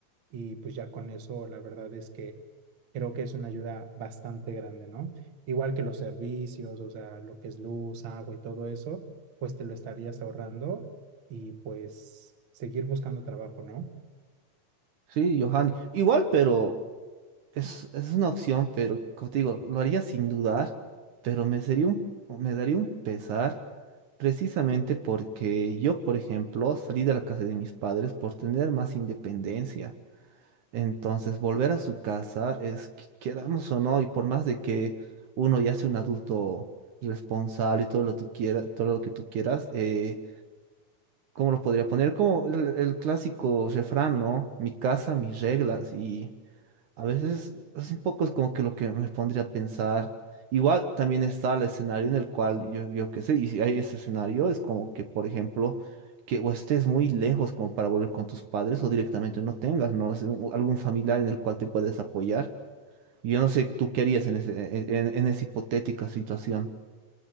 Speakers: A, on the right; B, on the right.
A: y pues ya con eso la verdad es que creo que es una ayuda bastante grande, ¿no? Igual que los servicios, o sea, lo que es luz, agua y todo eso, pues te lo estarías ahorrando y pues seguir buscando trabajo, ¿no?
B: Sí, Johanny. Igual, pero Es, es una opción, pero como te digo, lo haría sin dudar, pero me sería un, me daría un pesar precisamente porque yo, por ejemplo, salí de la casa de mis padres por tener más independencia. Entonces, volver a su casa es, que- queramos o no, y por más de que uno ya sea un adulto responsable y todo lo que tú quieras, todo lo que tú quieras, eh, ¿cómo lo podría poner? Como el, el clásico refrán, ¿no? Mi casa, mis reglas, a veces es un poco es como que lo que me pondría a pensar. Igual también está el escenario en el cual yo, yo qué sé, y si hay ese escenario, es como que, por ejemplo, que o estés muy lejos como para volver con tus padres o directamente no tengas, ¿no? Es un- algún familiar en el cual te puedes apoyar. Y Yo no sé, ¿tú qué harías en ese, en, en- en esa hipotética situación?